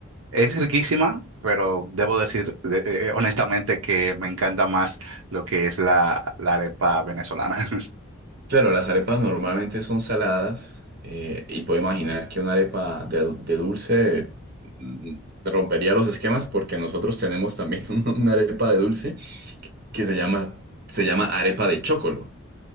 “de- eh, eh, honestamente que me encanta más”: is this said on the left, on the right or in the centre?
Right